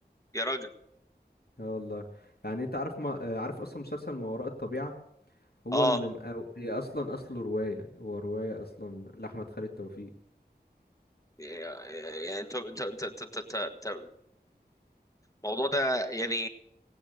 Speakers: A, on the left (about 20°); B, on the left (about 65°).
A: يا راجل
B: اه والله يعني انت عارف ما آه، عارف اصلا مسلسل ما وراء الطبيعه هو
A: اه
B: اللي مقاو... هي اصلا اصله روايه هو روايه اصلا لاحمد خالد توفيق
A: يعني انت انت انت انت انت- انت- انت- الموضوع ده يعني